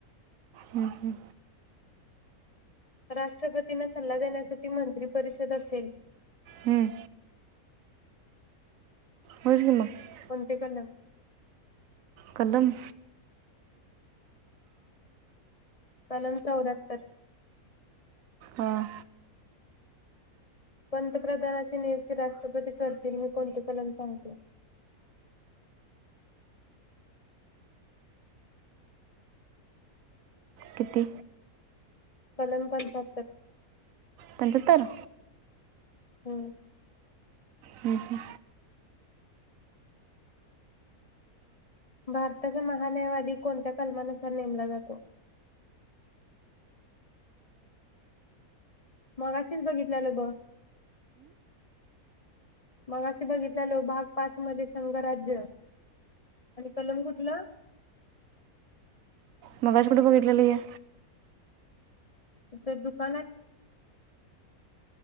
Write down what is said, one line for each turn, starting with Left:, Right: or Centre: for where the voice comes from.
Right: हं, हं.
Left: राष्ट्रपतींना सल्ला देण्यासाठी मंत्रिपरिषद असेल
Right: हं. होईच की मग
Left: कोणते कलम
Right: कलम
Left: कलम चौऱ्याहत्तर
Right: अं,
Left: पंतप्रधानाचे नियुक्ती राष्ट्रपती करतील हे कोणते कलम सांगते?
Right: किती?
Left: कलम पंचाहत्तर.
Right: पंचाहत्तर.
Left: हम्म.
Right: हम्म हम्म.
Left: भारताचा महान्यायवादी कोणत्या कलमानुसार नेमला जातो? मगाशीच बघितल्यालं बघ मगाशी बघितल्याल भाग पाच मध्ये संघराज्य आणि कलम कुठला?
Right: मगाशी कुठे बघितलेली हे?
Left: इथे दुकानात